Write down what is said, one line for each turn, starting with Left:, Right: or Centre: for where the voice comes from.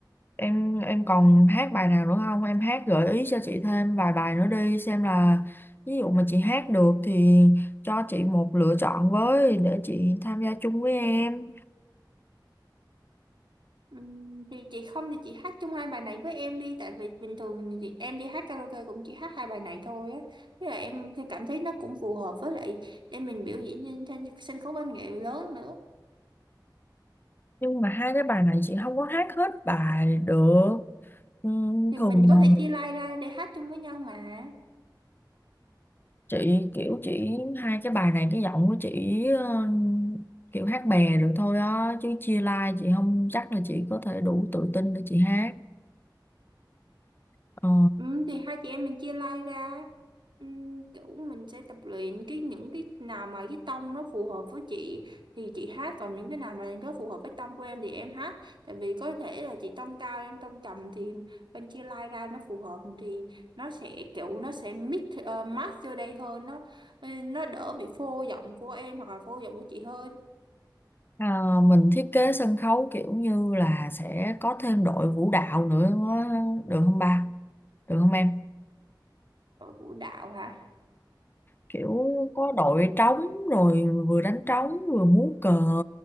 Left: Em em còn hát bài nào nữa không? Em hát gợi ý cho chị thêm vài bài nữa đi Xem là ví dụ mà chị hát được thì cho chị một lựa chọn với Để chị tham gia chung với em
Right: Ừm, thì chị không thì chị hát chung hai bài này với em đi tại vì bình thường thì em đi hát karaoke cũng chỉ hát hai bài này thôi á với lại em thì cảm thấy nó cũng phù hợp với lại để mình biểu diễn trên, trên sân khấu văn nghệ lớn nữa
Left: Nhưng mà hai cái bài này chị không có hát hết bài được Ừ,
Right: thì
Left: thường
Right: mình có
Left: là
Right: thể chia line ra để hát chung với nhau mà
Left: chị kiểu chỉ hai cái bài này cái giọng của chị ờ, kiểu hát bè được thôi á chứ chia live chị không chắc là chị có thể đủ tự tin để chị hát Ờ,
Right: Ừ, thì hai chị em mình chia like ra ừ, kiểu mình sẽ tập luyện cái những cái nào mà cái tông nó phù hợp với chị thì chị hát còn những cái nào mà nó phù hợp với tông của em thì em hát tại vì có thể là chị tông cao em tông trầm thì bên chia like ra nó phù hợp thì nó sẽ kiểu nó sẽ mix uh, match vô đây hơn nó ừ, nó đỡ bị phô giọng của em hoặc là phô giọng của chị hơn
Left: à, mình thiết kế sân khấu kiểu như là sẽ có thêm đội vũ đạo nữa được không ba được không em
Right: ở vũ đạo hả
Left: kiểu có đội trống rồi vừa đánh trống vừa múa cờ